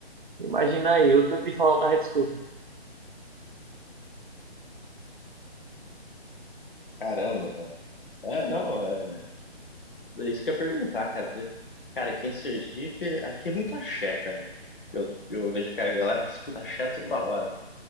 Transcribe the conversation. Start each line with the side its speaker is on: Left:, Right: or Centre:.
Right: imagina aí o tanto de forró que a gente escuta.
Left: Caramba, cara. É, não, é é isso que eu ia perguntar, cara. Eu Falei, cara, aqui em Sergipe, aqui é muito axé, cara. Eu, eu vejo que a galera escuta axé toda hora.